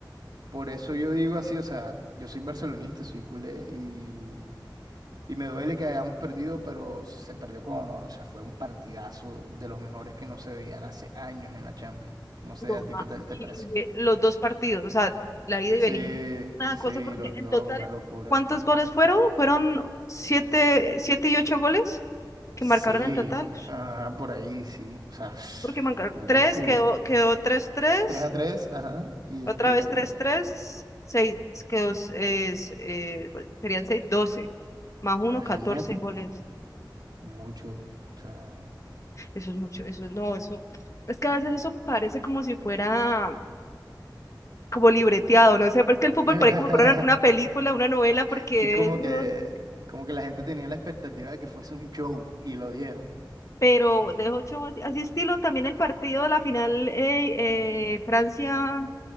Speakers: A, on the right (about 60°); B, on the left (about 40°).
A: por eso yo digo así, o sea, yo soy barcelonista, soy culé y, y me duele que hayamos perdido, pero se perdió con honor. O sea, fue un partidazo de los mejores que no se veían hace años en la Champions. No sé
B: pero,
A: a ti
B: ah,
A: qué tal te
B: y,
A: parece.
B: eh, los dos partidos, o sea, la ida y
A: Sí,
B: venida, una
A: sí,
B: cosa, porque
A: los
B: en
A: dos,
B: total,
A: una locura.
B: ¿cuántos goles fueron? ¿Fueron siete, siete y ocho goles que
A: Sí,
B: marcaron en total?
A: ajá, por ahí, sí. O sea,
B: Porque marcaron
A: <sniffs> mucho.
B: tres, quedó, quedó tres, tres.
A: tres a tres, ajá. Y
B: Otra
A: después,
B: vez tres tres seis que os- es, eh, bueno, serían 6 12 más uno
A: imagínate,
B: 14 goles.
A: mucho. O sea,
B: Eso es mucho, eso es- no, eso. Es que a veces eso parece como si fuera como libreteado, no sé, pero es que el fútbol
A: <laughs>
B: parece como fuera una una película, una novela, porque
A: sí, como
B: eso,
A: que, como que la gente tenía la expectativa de que fuese un show y lo dieron.
B: pero de ocho, así, así estilo también el partido de la final eh, eh, Francia